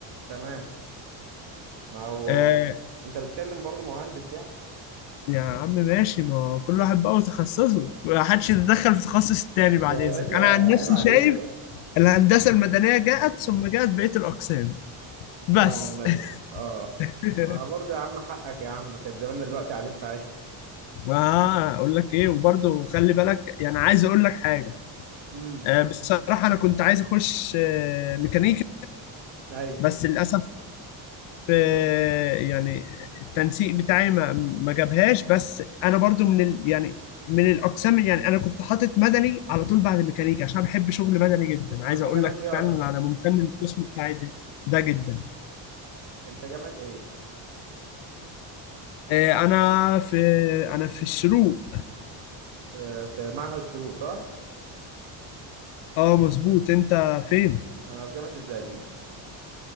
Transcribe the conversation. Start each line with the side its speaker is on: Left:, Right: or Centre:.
Right: تمام ما هو
Left: آه
Right: انت بتكلم برضو مهندس يعني
Left: يا عم ماشي ما كل واحد بقى وتخصصه ما حدش يتدخل في تخصص التاني بعد
Right: يا
Left: اذنك
Right: باشا
Left: انا عن نفسي
Right: عيب عليك
Left: شايف
Right: يعني
Left: الهندسه المدنيه جاءت ثم جاءت بقيه الاقسام بس
Right: الصلاة على النبي اه
Left: <laughs>
Right: ما برضه يا عم حقك يا عم كان زماننا دلوقتي قاعدين في عش
Left: واقول لك ايه وبرضه خلي بالك يعني عايز اقول لك حاجه
Right: امم
Left: آه، بصراحه انا كنت عايز اخش آه، ميكانيكا
Right: ايوه
Left: بس للاسف آه، يعني التنسيق بتاعي ما ما جابهاش بس انا برضه من ال يعني من الاقسام يعني انا كنت حاطط مدني على طول بعد ميكانيكا عشان أنا بحب شغل مدني جدا
Right: هو
Left: عايز
Right: انت
Left: اقول
Right: جامعة
Left: لك
Right: ايه
Left: فعلا
Right: اصلا
Left: انا ممتن للقسم بتاعي ده ده جدا
Right: انت جامعة ايه
Left: آه، انا في انا في الشروق
Right: آه في معهد الشروق صح
Left: اه مظبوط انت فين
Right: انا في جامعة الزقازيق